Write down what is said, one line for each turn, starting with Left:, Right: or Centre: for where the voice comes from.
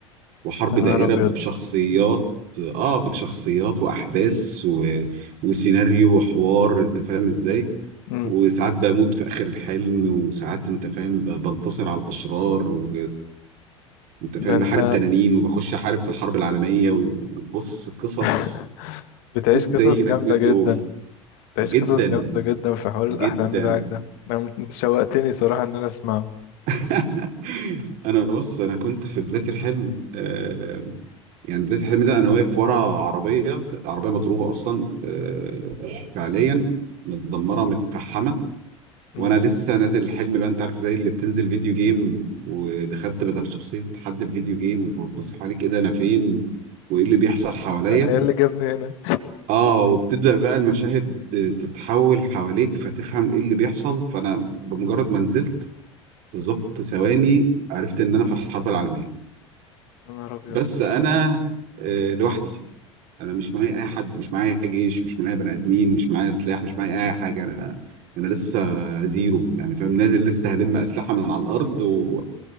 Right: وحرب
Left: يا
Right: دائرة
Left: نهار أبيض
Right: بشخصيات اه بشخصيات واحداث و... وسيناريو وحوار انت فاهم ازاي
Left: مم.
Right: وساعات بموت في اخر الحلم وساعات انت فاهم ب... بنتصر على الاشرار و... وانت فاهم
Left: ده أنت
Right: بحارب تنانين وبخش احارب في الحرب العالمية وبص قصص
Left: <laughs> بتعيش قصص
Right: زي ما
Left: جامدة
Right: تقول
Left: جدا
Right: تقول
Left: بتعيش
Right: جدا
Left: قصص جامدة جدا في حوار الأحلام
Right: جدا
Left: بتاعك ده أنا مت- أنت شوقتني صراحة إن أنا أسمعه
Right: <laughs> انا بص انا كنت في بدايه الحلم آه يعني بدايه الحلم ده انا واقف ورا عربيه عربيه مضروبه اصلا آه فعليا متدمره متفحمه
Left: مم.
Right: وانا لسه نازل الحلم بقى انت عارف زي اللي بتنزل فيديو جيم ودخلت بدل شخصيه حد في فيديو جيم وبتبص حواليك ايه ده انا فين وايه اللي بيحصل حواليا
Left: أنا إيه اللي جابني هنا
Right: اه وبتبدا بقى المشاهد تتحول حواليك فتفهم ايه اللي بيحصل فانا بمجرد ما نزلت بالظبط ثواني عرفت ان انا في الحرب العالميه
Left: <laughs> يا نهار أبيض
Right: بس انا آه، لوحدي انا مش معايا اي حد مش معايا جيش مش معايا بني ادمين مش معايا سلاح مش معايا اي حاجه انا انا لسه زيرو يعني فاهم نازل لسه هلم اسلحه من على الارض و...